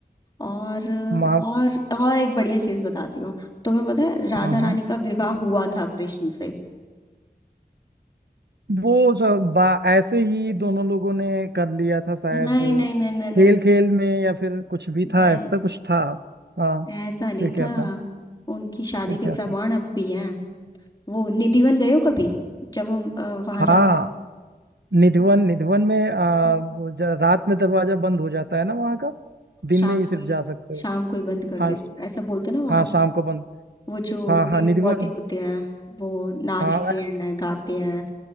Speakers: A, on the left; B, on the right.
A: और
B: माँ
A: और और एक बढ़िया चीज बताती हूँ तुम्हें पता है राधा
B: हाँ हाँ।
A: रानी का विवाह हुआ था कृष्ण से
B: वो सब बा- ऐसे ही दोनों लोगों ने कर लिया था शायद
A: नहीं नहीं नहीं नहीं नहीं
B: खेल खेल में या फिर कुछ भी
A: नहीं
B: था ऐसा कुछ था हाँ
A: नहीं, ऐसा नहीं
B: फिर क्या
A: था
B: था
A: उनकी शादी
B: फिर
A: के
B: क्या
A: प्रमाण
B: था
A: अब भी हैं वो निधिवन गए हो कभी जब हम वहां
B: हाँ
A: जाते
B: निधिवन
A: तो
B: निधिवन में आ,
A: हम
B: वो ज- रात में दरवाजा बंद हो जाता है ना वहाँ का दिन
A: शाम
B: में ही
A: को
B: सिर्फ
A: ही-
B: जा सकते हो
A: शाम को ही बंद कर
B: हाँ
A: देते
B: श-
A: ऐसा बोलते ना वहां
B: हाँ शाम को बंद
A: वो जो
B: हाँ
A: पेड़
B: हाँ निधिवन
A: पौधे होते हैं वो नाचते
B: हाँ अ-
A: हैं गाते हैं